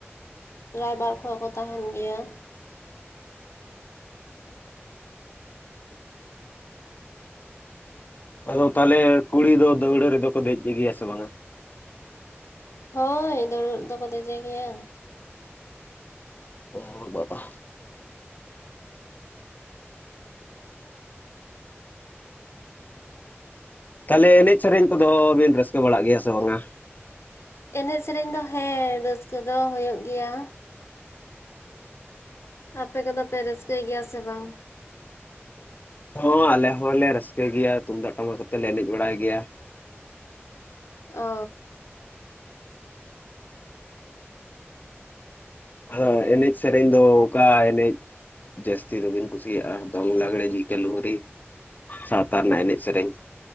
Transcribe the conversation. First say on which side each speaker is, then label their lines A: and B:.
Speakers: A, on the left; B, on the left.
A: ᱨᱟᱭᱵᱟᱨ ᱠᱚᱦᱚᱸ ᱠᱚ ᱛᱟᱦᱮᱱ ᱜᱮᱭᱟ᱾
B: ᱟᱫᱚ ᱛᱟᱦᱚᱞᱮ ᱠᱩᱲᱤ ᱫᱚ ᱫᱟᱹᱣᱲᱟᱹ ᱨᱮᱫᱚ ᱠᱚ ᱫᱮᱡᱽ ᱜᱮᱭᱟ ᱥᱮ ᱵᱟᱝᱼᱟ᱾
A: ᱦᱳᱭ ᱫᱩᱲᱣᱟ. ᱨᱮᱫᱚ ᱠᱚ ᱫᱮᱡᱮ ᱜᱮᱭᱟ᱾
B: ᱳ ᱵᱟᱵᱟ ᱛᱟᱦᱚᱞᱮ ᱮᱱᱮᱡ ᱥᱮᱨᱮᱧ ᱠᱚᱫᱚ ᱵᱤᱱ ᱨᱟᱹᱥᱠᱟᱹ ᱵᱟᱲᱟᱜ ᱜᱮᱭᱟ ᱥᱮ ᱵᱟᱝᱼᱟ
A: ᱮᱱᱮᱡᱽ ᱥᱮᱨᱮᱧ ᱫᱚ ᱦᱮᱸ ᱨᱟᱹᱥᱠᱟᱹ ᱫᱚ ᱦᱩᱭᱩᱜ ᱜᱮᱭᱟ᱾ ᱟᱯᱮ ᱠᱚᱫᱚ ᱯᱮ ᱨᱟᱹᱥᱠᱟᱹᱭ ᱜᱮᱭᱟ ᱥᱮ ᱵᱟᱝ?
B: ᱦᱚᱸ ᱟᱞᱮ ᱦᱚᱸᱞᱮ ᱨᱟᱹᱥᱠᱟᱹ ᱜᱮᱭᱟ ᱛᱩᱢᱫᱟᱜ ᱴᱟᱢᱟᱠ ᱠᱚᱛᱮ ᱞᱮ ᱮᱱᱮᱡᱽ ᱵᱟᱲᱟᱭ ᱜᱮᱭᱟ᱾
A: ᱚ
B: ᱟᱫᱚ ᱮᱱᱮᱡᱽ ᱥᱮᱨᱮᱧ ᱫᱚ ᱚᱠᱟ ᱮᱱᱮᱡᱽ ᱡᱟᱹᱥᱛᱤ ᱫᱚᱵᱤᱱ ᱠᱩᱥᱤᱭᱟᱜᱼᱟ ᱫᱚᱝ ᱞᱟᱜᱽᱲᱮ ᱡᱤᱠᱟᱹ ᱞᱩᱦᱨᱤ ᱥᱟᱶᱛᱟ ᱨᱮᱱᱟᱜ ᱮᱱᱮᱡᱽ ᱥᱮᱨᱮᱧ